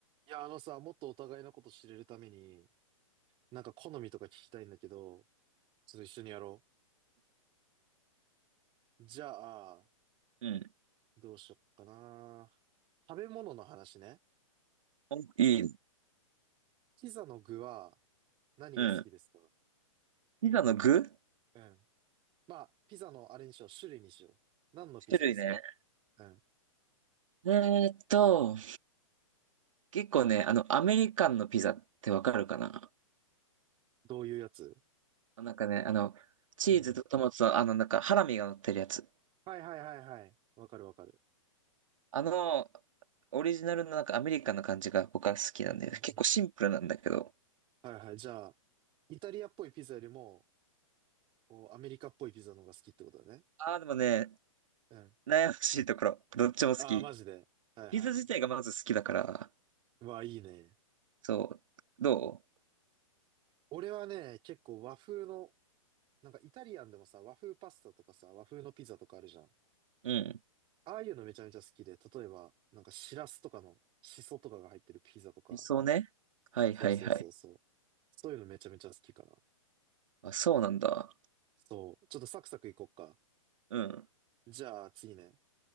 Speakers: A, on the right (about 30°); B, on the right (about 65°).
A: いや、あのさ、もっとお互いのこと知れるために、なんか好みとか聞きたいんだけど、ちょっと一緒にやろう。じゃあ、
B: うん。
A: どうしよっかな。食べ物の話ね。
B: おいい。
A: ピザの具は何が好きですか
B: うん。ピザの具
A: うん。まあ、ピザのあれにしよう、種類にしよう。何のピザが好き
B: 種類ね。
A: うん。
B: えーっと、結構ね、あの、アメリカンのピザってわかるかな
A: どういうやつ
B: なんかね、あの、チーズとトマトと、
A: うん。
B: あの、なんか、ハラミが乗ってるやつ。
A: はいはいはいはい。わかるわかる。
B: あの、オリジナルのなんかアメリカンの感じが僕は好きなんで、
A: うんうんうん。
B: 結構シンプルなんだけど。
A: はいはい。じゃあ、イタリアっぽいピザよりも、こう、アメリカっぽいピザの方が好きってことだね。
B: ああ、でもね、
A: うん。
B: 悩ましいところ。どっちも好き。
A: ああ、マジで。はいはいはい。
B: ピザ自体がまず好きだから。
A: うわあ、いいね。
B: そう。ど
A: 俺はね、結構和風の、なんかイタリアンでもさ、和風パスタとかさ、和風のピザとかあるじゃん。
B: ううん。
A: ああいうのめちゃめちゃ好きで、例えば、なんかシラスとかのシソとかが入ってるピザとか、
B: 理想ね。はいはいはい。
A: そうそうそうそう。そういうのめちゃめちゃ好きかな。
B: あ、そうなんだ。
A: そう。ちょっとサクサクいこっか。
B: うん。
A: じゃあ次ね。